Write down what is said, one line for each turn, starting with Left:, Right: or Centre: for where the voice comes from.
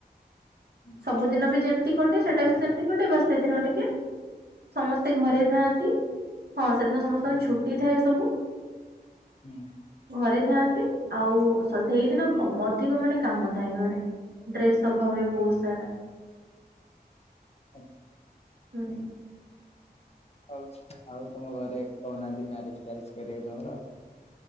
Left: ହୁଁ
Right: ସବୁଦିନ ବି ଯେମିତି କଟେ ସେଟା
Left: ଖୁସି
Right: ବି ସେମିତି କଟେ ବା ସେଦିନ ଟିକେ ସମସ୍ତେ ଘରେ ଥାନ୍ତି ହଁ ସେଦିନ ସମସ୍ତଙ୍କ
Left: ହୁଁ
Right: ଛୁଟି ଥାଏ ସବୁ
Left: ହୁଁ
Right: ଘରେ ଥାଆନ୍ତି ଆଉ ସେଇଦିନ ଅଧିକ ମାନେ କାମ ଥାଏ ଘରେ ଡ୍ରେସ ସଫା ହୁଏ ବହୁତ ସାରା
Left: ଆଛା
Right: ହୁଁ
Left: ହଉ ଆଉ ତମ ଘରେ କହୁନାହାଁନ୍ତି ମ୍ୟାରେଜ ଫ୍ୟାରେଜ କରିବାକୁ ତମର?